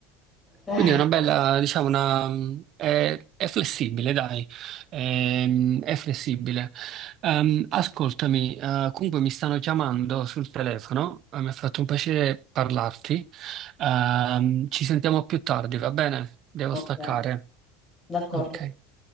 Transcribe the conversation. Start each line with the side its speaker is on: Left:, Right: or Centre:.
Left: Eh,
Right: Quindi è una bella,
Left: no,
Right: diciamo, una, è, è flessibile, dai, Ehm, è, flessibile. Ehm, ascoltami, eh, comunque mi stanno chiamando sul telefono, eh, mi ha fatto un piacere parlarti. Ehm, ci sentiamo più tardi, va bene? Devo staccare.
Left: ok, d'accordo.
Right: Ok.